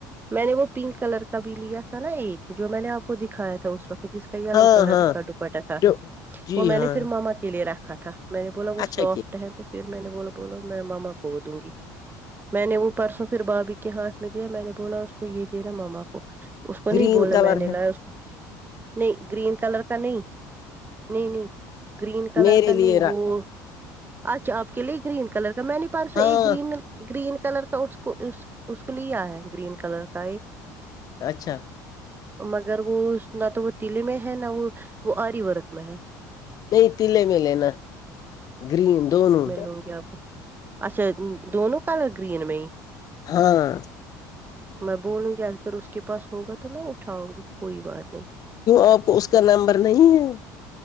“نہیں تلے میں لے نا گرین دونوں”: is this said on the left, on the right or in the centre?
Left